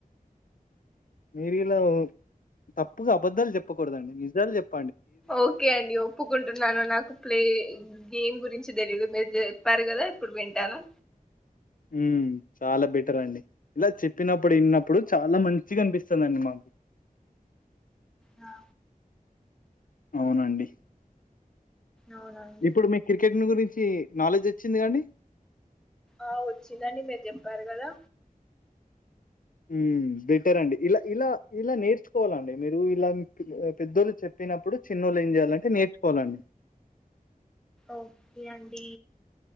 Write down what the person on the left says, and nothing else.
మీరు ఇలా తప్పుగా అబద్ధాలు చెప్పకూడదండి నిజాలు చెప్
ఉ చాలా బెటర్ అండి ఇలా చెప్పినప్పుడు విన్నప్పుడు చాలా మంచి అనిపిస్తుందండి మాకు <unintelligible>
అవునండి
ఇప్పుడు మీ క్రికెట్ గురించి నాలెడ్జ్ వచ్చింది కాదండి
ఉ బెటర్ అండి ఇలా ఇలా ఇలా నేర్చుకోవాలండి మీరు ఇలా పెద్దోళ్లు చెప్పినప్పుడు చిన్నోళు ఏంయాలంటేర్చుకోవాలండి